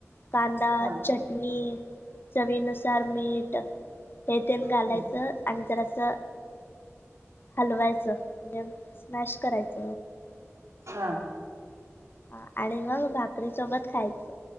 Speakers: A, on the left; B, on the right.
A: कांदा,
B: हा
A: चटणी, चवीनुसार मीठ हे तेन घालायच.
B: हम्म
A: आणि जरास हलवायच. म्हणजे स्मॅश करायच.
B: हा
A: ह आणि मग भाकरी सोबत खायच.